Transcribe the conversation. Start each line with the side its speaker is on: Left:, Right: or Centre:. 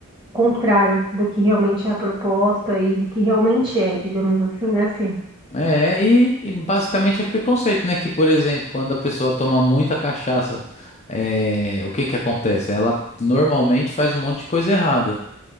Right: contrário do que realmente é a proposta e do que realmente é, digamos assim, né, Fê?
Left: É, e, e basicamente é preconceito, né? Que, por exemplo, quando a pessoa toma muita cachaça, é, o que que acontece? Ela normalmente faz um monte de coisa errada.